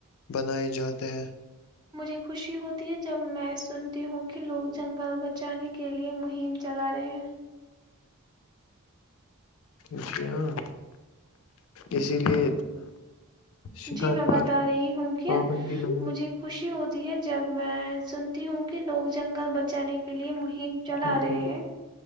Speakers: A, on the left; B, on the right.
A: بنائے جاتے ہیں
B: مجھے خوشی ہوتی ہے جب میں سنتی ہوں کہ لوگ جنگل بچانے کے لیے مہم چلا رہے ہیں
A: جی ہاں اسی لیے شکار
B: جی میں بتا
A: پر
B: رہی ہوں کہ
A: پابندی لگانی
B: مجھے خوشی ہوتی جے جب میں سنتی ہوں کہ لوگ جنگل بچانے کے لیے مہم چلا
A: ٹھیک
B: رہے
A: ٹھیک
B: ہیں